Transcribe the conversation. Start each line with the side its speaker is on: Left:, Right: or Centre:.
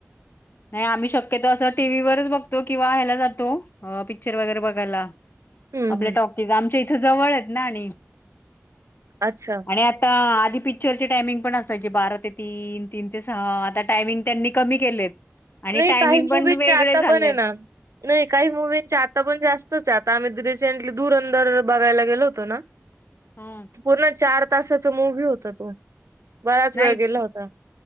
Left: नाही, आम्ही शक्यतो असं टीव्हीवररच बघतो किंवा ह्यायला जातो पिक्चर वगैरे बघायला.
Right: हम्म
Left: आपल्या
Right: हम्म
Left: टॉकीज आमच्या इथं जवळ आहेत ना आणि.
Right: अच्छा
Left: आणि आता आ आधी पिक्चरचे टायमिंग पण असायचे बारा ते तीन तीन ते सहा आता टायमिंग त्यांनी कमी केलेत. आणि
Right: नाही
Left: टायमिंग
Right: काही
Left: पण
Right: मूवीचे
Left: वेगळे
Right: आता
Left: झालेत.
Right: बने ना. नाही काही मुूवींचे आता पण जास्तच आता आम्ही द धुरंदर बघायला गेलो होतो ना.
Left: हं,
Right: तर पूर्ण चार ते तासाचा मुव्ही होता तो. बराच
Left: नाही,
Right: वेळ गेला होता.